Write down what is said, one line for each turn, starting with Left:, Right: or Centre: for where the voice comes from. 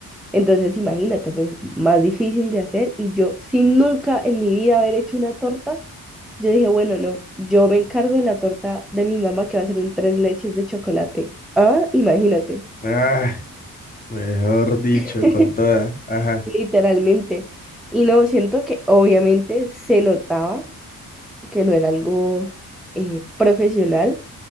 Centre: Entonces imagínate, pues más difícil de hacer. Y yo, sin nunca en mi vida haber hecho una torta, yo dije, bueno, no, yo me encargo de la torta de mi mamá que va a ser un tres leches de chocolate. Ah, imagínate,
Left: Ah. Mejor dicho,
Centre: <laughs>
Left: con toda. Ajá.
Centre: literalmente. Y no, siento que obviamente se notaba que no era algo eh, profesional,